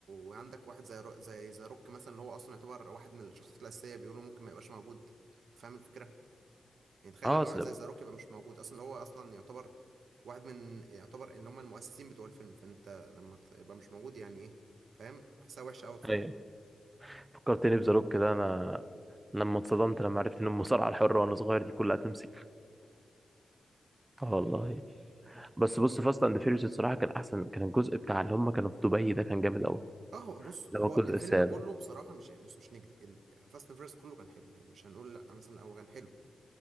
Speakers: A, on the right; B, on the right.
A: وعندك واحد زي رو... زي ذا روك مثلا اللي هو اصلا يعتبر واحد من الشخصيات الاساسيه بيقولوا ممكن ما يبقاش موجود انت فاهم الفكره يعني تخيل
B: اه
A: لما
B: اصل
A: واحد زي
B: بقى
A: ذا روك يبقى مش موجود اصلا اللي هو اصلا يعتبر واحد من يعتبر اللي هم المؤسسين بتوع الفيلم فانت لما تبقى مش موجود يعني ايه فاهم حاسها وحشه قوي بصراحه
B: ايوه
A: <laughs>
B: فكرتني بذا روك كده انا لما اتصدمت لما عرفت ان المصارعه الحره وانا صغير دي كلها تمثيل اه والله بس بص فاست اند فيريوس الصراحه كان احسن كان الجزء بتاع اللي هم كانوا في دبي ده كان جامد قوي
A: اه هو بص
B: اللي
A: هو
B: هو الجزء
A: الفيلم
B: السابع
A: كله بصراحه مش يعني بص مش نكدب فاست اند فيرس كله كان حلو يعني مش هنقول لا مثلا هو كان حلو